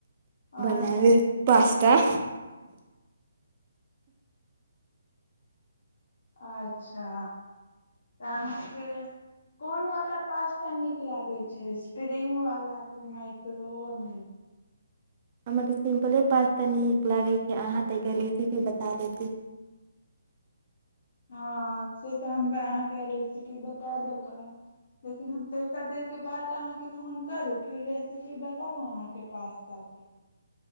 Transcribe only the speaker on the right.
बनाब पास्ता
मत सिम्पले प तऽ नीक लागै छै अहाँ तऽ एकर रेसिपी बता देैत